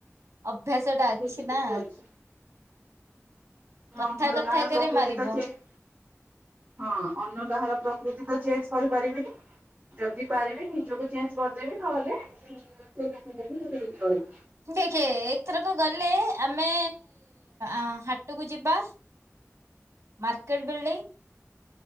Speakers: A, on the right; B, on the right.
A: ଅଭ୍ୟାସଟା
B: ପ୍ରକୃତି
A: ଅଛି
B: ଟିକେ
A: ନା।
B: ଅଛି
A: କଥା
B: ଅନ୍ୟର
A: କଥାକରେ
B: କାହାର ପ୍ରକୃତି
A: ମାରିବ
B: ତ ଚେଞ୍ଜ। ହଁ ଅନ୍ୟ କାହାର ପ୍ରକୃତି ତ ଚେଞ୍ଜ କରିପାରିବିନି। ଯଦି ପାରିବେ ନିଜକୁ ଚେଞ୍ଜ କରିଦେବେ ନହେଲେ ସେ ମ୍ୟାଟର ଠାରୁ ଦୂରେଇକି ରହିବ।
A: ଦେଖେ ଏଥରକ ଗଲେ ଆମେ ଆ ହାଟକୁ ଯିବା। Market building.